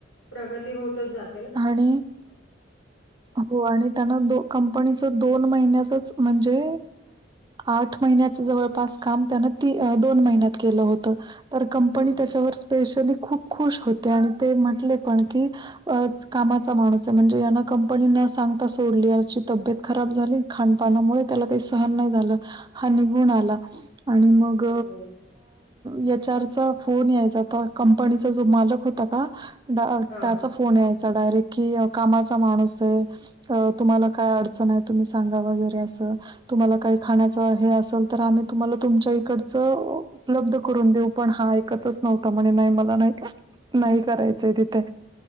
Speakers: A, on the left; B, on the right.
A: प्रगती होतच जाती
B: आणि हो आणि त्यांना दो कंपनीच दोन महिन्यातच म्हणजे आठ महिन्याचं जवळपास काम त्यानं ती दोन महिन्यात केलं होतं तर कंपनी
A: हो
B: त्याच्यावर स्पेशली खूप खुश होते आणि ते म्हटले पण की कामाचा माणूस आहे म्हणजे याना कंपनी न सांगता सोडली याची तब्येत खराब झाली खानपाणामुळे त्याला काही सहन नाही झालं हा निघून आला आणि मग
A: अरे
B: याच्यारचा फोन यायचाता कंपनीचा जो मालक होता का त्याचा
A: हां
B: फोन यायचा डायरेक्ट की कामाचा माणूस आहे अ तुम्हाला काय अडचण आहे तुम्ही सांगा वगैरे असं तुम्हाला काही खाण्याचा हे असेल तर आम्ही तुम्हाला तुमच्या इकडच उपलब्ध करून देऊ पण हा ऐकतच नव्हता म्हणे नाही मला नाही ते नाही करायचंय तिथे